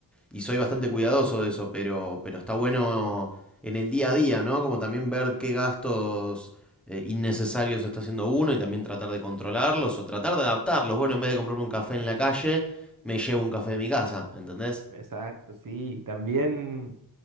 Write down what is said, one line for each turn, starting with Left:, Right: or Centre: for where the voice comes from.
Centre: y soy bastante cuidadoso de eso, pero, pero está bueno en el día a día, ¿no? Como también ver qué gastos eh, innecesarios está haciendo uno y también tratar de controlarlos o tratar de adaptarlos. Bueno, en vez de comprarme un café en la calle, me llevo un café de mi casa, ¿entendés?
Right: exacto, sí. También